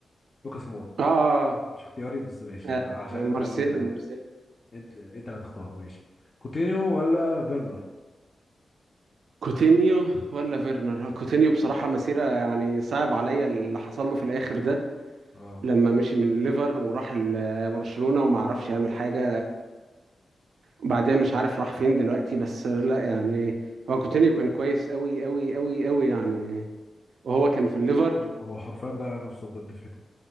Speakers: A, on the left (about 30°); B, on the right (about 75°).
A: لوكاس مورا
B: اه
A: مش اختياري بس ماشي
B: اه
A: يعني عشان
B: آه، مارسيال
A: انت ال...
B: مارسيال
A: انت انت اللي تختار ماشي كوتينيو ولا فيرنر
B: كوتينيو ولا فيرنر كوتينيو بصراحه مسيره يعني صعب عليا اللي حصل له في الاخر ده
A: اه
B: لما مشي من الليفر وراح ال- برشلونه وما عرفش يعمل حاجه بعدها مش عارف راح فين دلوقتي بس لا يعني هو كوتينيو كان كويس قوي قوي قوي قوي يعني وهو كان في الليفر
A: هو هو حرفيا ضيع نفسه بجد في حته